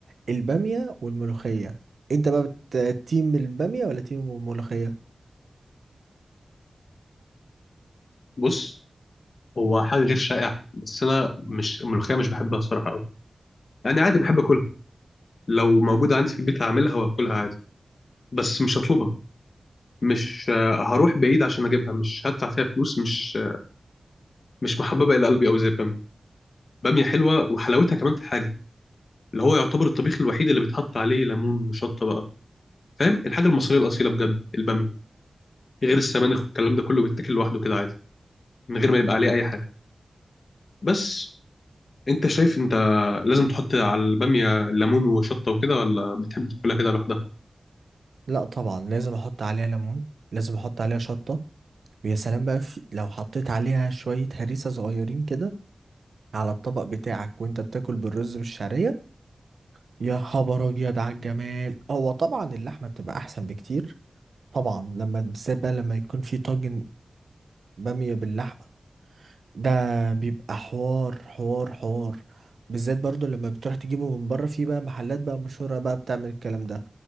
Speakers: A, on the right (about 75°); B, on the left (about 55°).
A: الباميه والملوخيه انت بقى بت- تيم الباميه ولا تيم الملوخيه
B: بص هو حاجة غير شائعة بس أنا مش الملوخية مش بحبها الصراحة أوي يعني عادي بحب أكلها لو موجودة عندي في البيت هعملها وهاكلها عادي بس مش هطلبها مش آه، هروح بعيد عشان اجيبها مش هدفع فيها فلوس مش آه، مش محببه الى قلبي قوي زي الباميه باميه حلوه وحلاوتها كمان في حاجه اللي هو يعتبر الطبيخ الوحيد اللي بيتحط عليه ليمون وشطه بقى فاهم الحاجه المصريه الاصيله بجد الباميه غير السبانخ والكلام ده كله بيتاكل لوحده كده عادي من غير ما يبقى عليه اي حاجه بس انت شايف انت لازم تحط على الباميه ليمون وشطه وكده ولا بتحب تاكلها كده لوحدها
A: لا طبعا لازم احط عليها ليمون لازم احط عليها شطه ويا سلام بقى في لو حطيت عليها شوية هريسة صغيرين كده على الطبق بتاعك وانت بتاكل بالرز بالشعرية يا خبر ابيض على الجمال هو طبعا اللحمة بتبقى احسن بكتير طبعا لما بالذات بقى لما يكون في طاجن بامية باللحمة ده بيبقى حوار حوار حوار بالذات برضو لما بتروح تجيبه من بره في بقى محلات بقى مشهورة بقى بتعمل الكلام ده